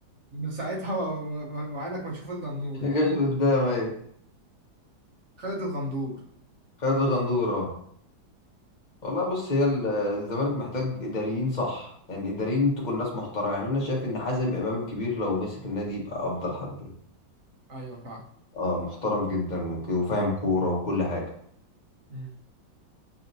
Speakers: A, on the right; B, on the left.
A: من ساعتها و- و- وعينك ما تشوف الا النور
B: <laughs>
A: بقى
B: جاش قدام ايوه
A: خالد الغندور
B: خالد الغندورة والله بص هي ال- الزمالك محتاج اداريين صح يعني اداريين تكون ناس محترمه يعني انا شايف ان حازم امام الكبير لو مسك النادي يبقى افضل حد يعني.
A: ايوه فعلا
B: اه محترم جدا وك- وفاهم كورة وكل حاجة
A: مم.